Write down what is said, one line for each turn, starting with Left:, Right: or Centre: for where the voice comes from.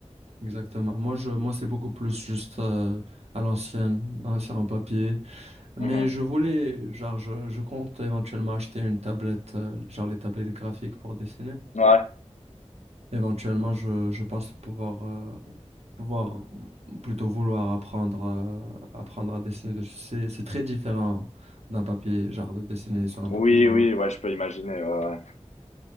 Right: Exactement. Moi, je, moi, c'est beaucoup plus juste euh, à l'ancienne, hein, sur un papier. Mais
Left: ouais. Mmh
Right: je voulais, genre, je, je compte éventuellement acheter une tablette, euh, genre les tablettes graphiques pour dessiner.
Left: Ouais.
Right: Éventuellement, je, je pense pouvoir euh, pouvoir ou plutôt vouloir apprendre à, apprendre à dessiner dessus. C'est, c'est très différent d'un papier, genre de dessiner sur un
Left: Oui,
Right: papier normal.
Left: oui, ouais, je peux imaginer, ouais, ouais.